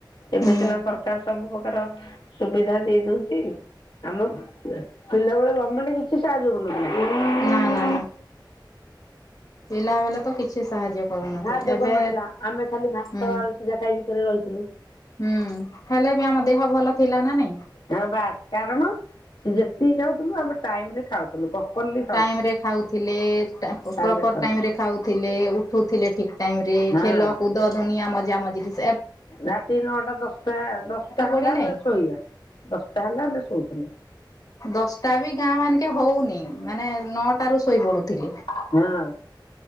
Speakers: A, on the left; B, on the left.
A: ଏବେ
B: ହୁଁ
A: ସିନା ସରକାର ସବୁ ପ୍ରକାର ସୁବିଧା ଦେଇ ଦଉଛି। ଆମ ପିଲାବେଳେ ଗମେଣ୍ଟ କିଛି ସାହାଯ୍ୟ କରୁ ନଥିଲା।
B: ନା ନା ନା ପିଲା ବେଳେ ତ କିଛି ସାହାଯ୍ୟ କରୁନଥିଲେ
A: ଘାହାଯ୍ୟ
B: ଏବେ
A: କରିନଥିଲା ଆମେ ଖାଲି ଭାତ
B: ହୁଁ
A: ଆଳୁଷ ଯା ଖାଇବ କରି ରହିଥିଲୁ।
B: ହୁଁ ହେଲେ ବି ଆମ ଦେହ ଭଲ ଥିଲା ନା ନାଇଁ?
A: ତା ବାସ୍ କାରଣ ସେି ଯେତିକି ଖାଉଥିଲୁ ଆମେ ଟାଇମ ରେ ଖାଉଥିଲୁ। ପପରଲି
B: ଟାଇମ ରେ ଖାଉଥିଲେ ଟା ପ୍ରପର
A: ଟାଇମରେ ଖାଉଥିଲୁ
B: ଟାଇମ ରେ ଖାଉ ଥିଲେ ଉଠୁଥିଲେ ଠିକ ଟାଇମ ରେ
A: ହଁ
B: ଖେଲ କୁଦ ଧନିଆ ମଜା ମଜର
A: ରାତି ନଅଟା ଦଶଟା ଦଶଟା ହେଲା
B: ପଢିଲେ
A: ଆମେ ଶୋଇବା ଦଶଟା ହେଲା ଆମେ ଶୋଇଥିଲେ।
B: ଦଶଟା ବି ଗାଁ ମାନିକେ ହଉନି ମାନେ ନଅଟା ରୁ ଶୋଇପଡୁଥିଲି।
A: ହଁ।